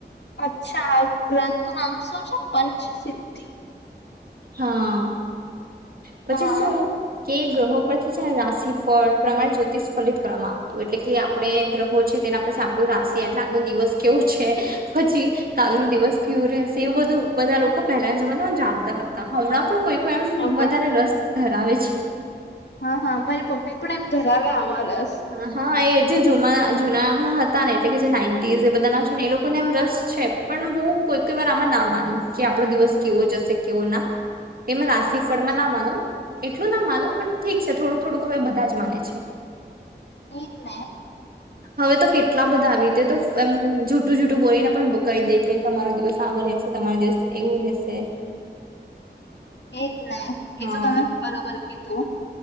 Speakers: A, on the left (about 75°); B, on the right (about 55°).
A: અચ્છા ગ્રંથ નુ નામ શું છે પંચસિદ્ધિ?
B: હા પછી
A: હા
B: શું? કે ગ્રહો પરથી છે ને રાશિ ફળ પ્રમાણે જ્યોતિષ ફલિત કરવામાં આવતું એટલે કે આપણે ગ્રહો છે તેના પછ આપણું રાશિ એટલે આનો દિવસ કેવો છે પછી કાલ નો દિવસ કેવો રહે તે બધું બધા લોકો પહેલાના જમાનામાં જાણતા હતા હમણાં પણ કોઈ કો એમ
A: હા
B: બસ ધરાવે છે
A: હા હા મારી મમ્મી પણ એમ ધરાવે. આમાં રસ.
B: હા હા એ જે જના જુનામાં હતા ને એટલે કે જે નાઇન્ટીઝ એ બધા ના છે ને એ લોકોને એમ રસ છે પણ હું કોઈ કોઈ વાર આમાં ના માનું કે આપણો દિવસ કેવો જશે કેવો ના એમાં
A: હા
B: રાશીફળમાં
A: એ તો છે,
B: ના માનું એટલું ના માનું પણ ઠીક છે થોડું થોડુંક હવે બધા જ માને છે.
A: એજ ને
B: હવે તો કેટલા બધા આવી રીતે તો એમ જૂઠું જૂઠું બોલીને પણ કહી દે કે તમારો દિવસ આવો રહેશે તમારો દિવસ એવું રહેશે.
A: એજ ને
B: હા
A: એ તો તમે બરોબર એ તો